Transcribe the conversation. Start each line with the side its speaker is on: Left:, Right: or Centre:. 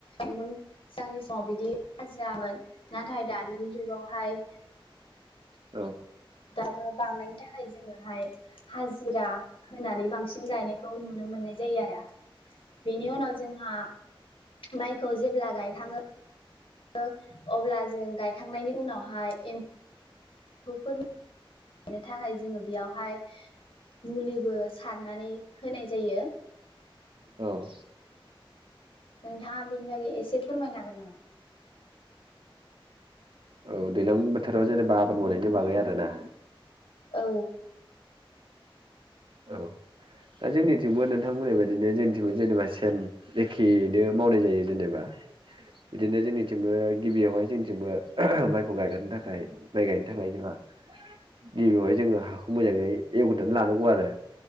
Left: सिगांनि समाव बिदि हाजिरामोन नाथाय दानि जुगाव हाय
Right: औ
Left: दाबो बांनायनि था जोङोहाय हाजिरा होनानै बांसिन गायनायखौ नुनो मोननाय जायो आरो बेनि उनाव जोंहा माइखौ जेब्ला गायखाङो ङो अब्ला जों गायखांनायनि उनावहाय एम फोरनिनो थाखाय जोङो बेयावहाय मुलिबो सारनानै होनाय जायो।
Right: औ
Left: नोंथाङा बिनि बागै एसे फोरमायनो हागोन ना मा?
Right: औ दैज्लां बोथोराव जेनेबा आबाद मावनायनि बागै आरोना?
Left: औ
Right: औ दा जोंनिथिंबो नोंथांमोननि बादिनो जोंनिथिंबो जेनेबा सेम एखेयैनो मावनाय जायो जेनेबा बिदिनो जोंनिथिंबो गिबियावहाय जोंथिंबो माइखौ गायगोरनो थाखाय माइ गायनो थाखाय जोंहा गिबियावहाय जोङो हाखौ मोजाङै एवगोरनानै लानांगौ आरो।